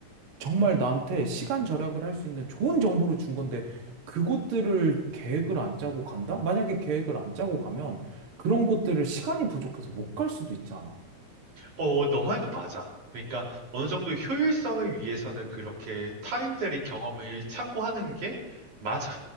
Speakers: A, on the right; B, on the right.
A: 정말 나한테
B: 음.
A: 시간 절약을 할 수 있는 좋은 정보를 준 건데, 그곳들을 계획을 안 짜고 간다? 만약에 계획을 안 짜고 가면 그런 곳들을 시간이 부족해서 못 갈 수도 있잖아.
B: 어, 너 말도 맞아. 그러니까 어느 정도 효율성을 위해서는 그렇게 타인들의 경험을 참고하는 게 맞아.